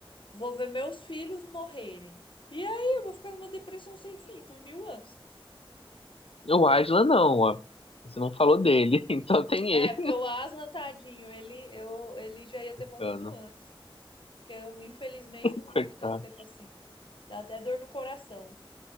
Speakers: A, on the left; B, on the left.
A: Vou ver meus filhos morrerem. E aí, eu vou ficar numa depressão sem fim por mil anos.
B: O Aslan não, ó. Você não falou dele, <laughs> então tem
A: É,
B: ele.
A: porque o Aslan, tadinho, ele, eu, ele já ia ter morrido
B: Bacana,
A: antes. Porque eu, infelizmente, não
B: coitado.
A: vivo tanto tempo assim. Dá até dor no coração.